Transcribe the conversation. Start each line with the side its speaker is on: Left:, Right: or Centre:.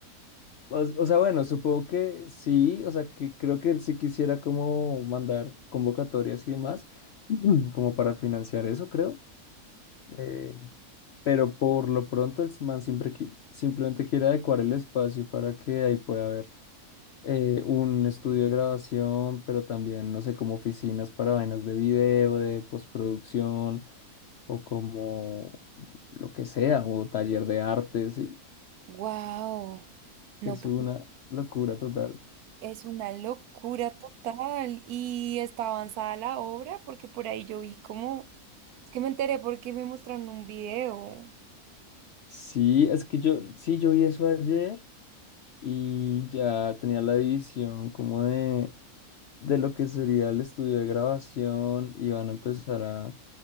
Left: O, o sea, bueno, supongo que sí, o sea, que creo que él sí quisiera como mandar convocatorias y demás, <clears throat> como para financiar eso, creo. Eh, pero por lo pronto el man siempre, qui- simplemente quiere adecuar el espacio para que ahí pueda haber eh, un estudio de grabación, pero también, no sé, como oficinas para vainas de video, de postproducción, o como lo que sea, o taller de arte, sí.
Right: Wow. No,
Left: Es
Right: pues.
Left: una locura total.
Right: Es una locura total y está avanzada la obra porque por ahí yo vi como, es que me enteré porque me mostraron un video,
Left: Sí, es que yo, sí, yo vi eso ayer y ya tenía la división como de, de lo que sería el estudio de grabación y van a empezar a